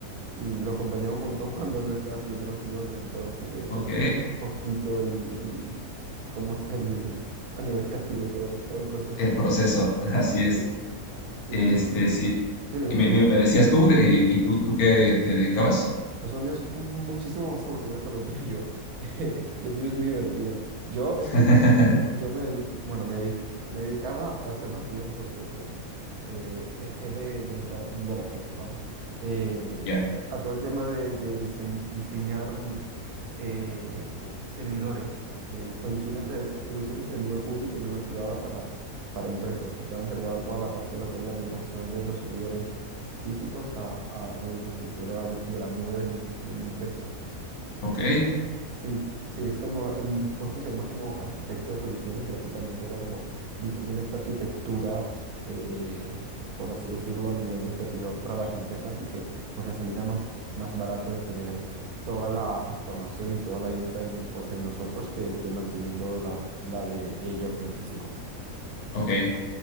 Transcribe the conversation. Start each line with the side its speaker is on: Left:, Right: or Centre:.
Right: Y lo acompañaba un montón <laughs> cuando él estaba escribiendo los guiones y todo, así que conozco
Left: Ok.
Right: un poquito el, el- cómo es el, <laughs> a nivel creativo todo, todo el proceso.
Left: El proceso, <laughs> así es.
Right: Sí, sí,
Left: Este,
Right: y
Left: sí.
Right: qué bien.
Left: Y me, me- me decías tú, de- eh, ¿y tú, tú qué te dedicabas?
Right: Pues lo mío es un- muchísimo más aburrido que lo tuyo. <laughs> Lo tuyo es muy divertido. Yo es
Left: <laughs>
Right: que el- yo, yo me dedico, bueno, me, di- me dedicaba hasta hace dos días porque pues eh, dejé de, del trabajo, lo dejé, vamos, eh,
Left: Ya,
Right: a todo el tema de, de diseñ- diseñar eh, servidores, eh, soluciones de, soluciones de nube pública y nube privada para, para empresas. Estaba encargado en toda la parte de lo que era la migración de los servidores físicos a, a la infraestructura de la nube de mi, de mi empresa. Eh,
Left: Ok,
Right: sí, sí, es como, el puesto se llama como arquitecto de soluciones y básicamente era como diseñar esta arquitectura, eh, por así decirlo, a nivel de servidor para las empresas y que pues les saliera más, más barato el tener toda la información y toda la infra en, pues en nosotros que, que manteniendo la, la de ellos en físico.
Left: ok,